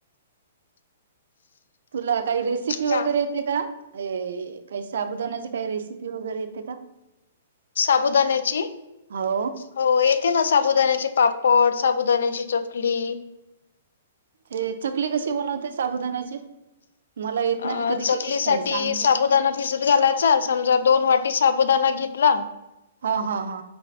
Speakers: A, on the right; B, on the left.
A: तुला काही, रेसिपी वगैरे,
B: का
A: येते का? ये काही साबुदानाची, काही रेसिपी वगैरे, येते का?
B: साबुदाण्याची?
A: हो
B: हो, येते ना, साबुदाण्याचे पापड, साबुदाण्याची चकली.
A: ते चकली कशी बनवते, साबुदानाची? मला येत नाय,
B: अ
A: मी कधी
B: चकलीसाठी
A: केलीच नाही सांग
B: साबुदाणा भिजत घालायचा, समजा दोन वाटी साबुदाना घेतला
A: हा हा हा,